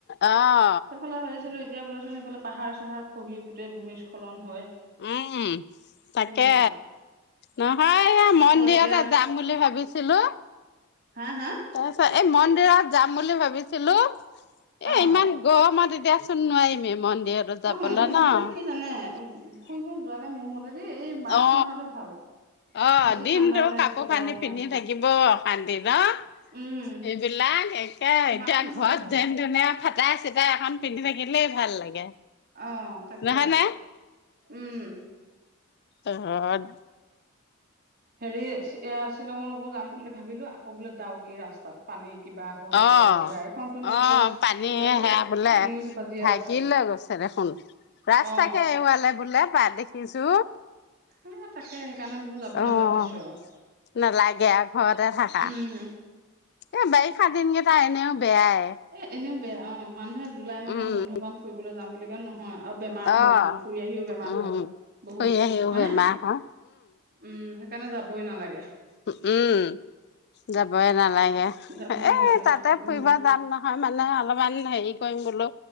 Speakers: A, on the left; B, on the right.
A: অহ,
B: সেইফালে ভাবছিলো এতিয়া বোলেচোন সেইফালে পাহাৰ-চাহাৰ খহি গোটেই ভূমিস্খলন হয়।
A: উম তাকে।
B: তেনেকুৱা
A: নহয় এয়া
B: আকৌ
A: মন্দিৰতে
B: এতিয়া
A: যাম বুলি ভাবিছিলো।
B: হা, হা
A: তাৰপিছত এই মন্দিৰত যাম বুলি ভাবিছিলোঁ, এই
B: অ
A: ইমান গৰমত এতিয়া চোন নোৱাৰিমে, মন্দিৰ আৰু যাবলে
B: অ এতিয়া
A: ন'।
B: মানে কি জানে ফুৰিব যোৱাকে মোৰ মতে দি, এই মাৰ্চ
A: অ
B: মাহতে ভাল।
A: অ',
B: বেছি
A: দিনটো
B: ঠাণ্ডাও নাই
A: কাপোৰ
B: বেছি
A: কানি
B: গৰমো
A: পিন্ধি
B: নাই
A: থাকিব অশান্তি ন'।
B: উম
A: এইবিলাক একে এতিয়া
B: মাৰ্চ মাহতে
A: ঘৰত
B: ভাল
A: যেন তেনে ফা চাই চিতাই এখন পিন্ধি থাকিলেই ভাল লাগে।
B: অ'! তাকে,
A: নহয় নে
B: উম।
A: তহঁত
B: সেৰি, এইয়া, শ্বিলঙলৈকো যাম বুলি ভাবিলোঁ! আকৌ বোলে, দাওকি ৰাস্তাত, পানী। কিবা হৈছে
A: অ'!
B: কিবা এইখনচোন একেবাৰে
A: অ'! পানী।
B: গোটেইখন
A: সেয়া বোলে,
B: নিউজ বাজিয়ে
A: ভাগি
B: আছে
A: লৈ গৈছে। দেখোন, ৰাস্তাকে
B: অ
A: এৱালে বোলে পাই দেখ কিছু,
B: এ তাকে সেইকাৰণে বোলো যাবলৈ
A: অ'।
B: বাদ দিছো আৰু
A: নালাগে আৰ ঘৰতে থাকা।
B: উম
A: এ, বাৰিষা দিনকেইটা এনেও বেয়াই।
B: এ এনেও বেয়া অ', মানুহে জুলাই মাহত
A: উম,
B: বন্ধ পাম ফুৰিবলৈ যাম বুলি কয় নহ হয় আৰু বেমাৰ হয়,
A: অ',
B: মানুহৰ ফুৰি আহিও বেমাৰ
A: উম।
B: হয়। বহুত!
A: ফুৰি আহিও
B: হয়নে?
A: বেমাৰ হয়,
B: উম, সেইকাৰণে যাবই নালাগে।
A: উ, উম, যাবয়ে নালাগ <unintelligible>
B: যাবই
A: এই
B: নালাগে
A: তাতে
B: উম
A: ফুৰিব যাম নহয় মানে অলপমান হেৰি কৰিম বোলো,